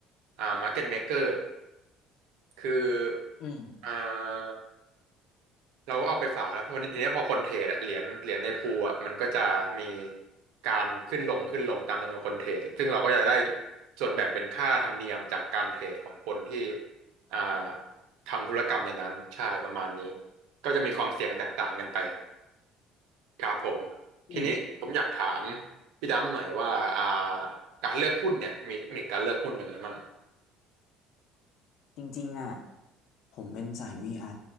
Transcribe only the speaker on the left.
อืม
อืม
จริงๆอ่ะผมเป็นสาย VI อ